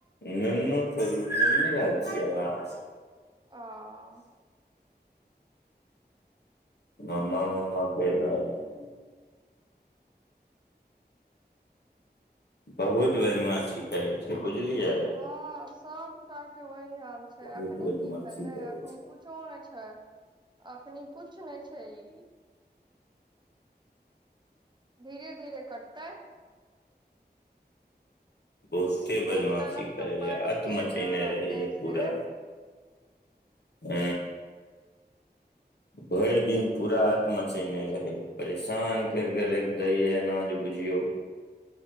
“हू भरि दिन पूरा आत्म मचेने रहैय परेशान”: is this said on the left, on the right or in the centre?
Left